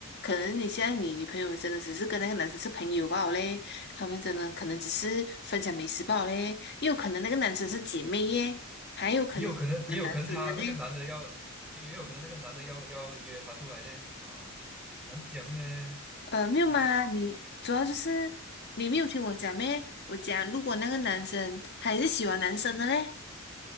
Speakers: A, on the left; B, in the centre.
A: 可能你现在你女朋友真的只是跟那个男生是朋友罢了嘞，他们真的可能只是分享美食罢了嘞，也有可能那个男生是姐妹耶，还有可能是喜欢男生的嘞。
B: 也有可能也有可能他那个男的要也也有可能那个男的要要约她出来的啊，很难讲哎，
A: 呃，没有嘛，
B: 哇
A: 你主要就是你没有听我讲咩？
B: 啊
A: 我讲，如果那个男生他也是喜欢男生的嘞，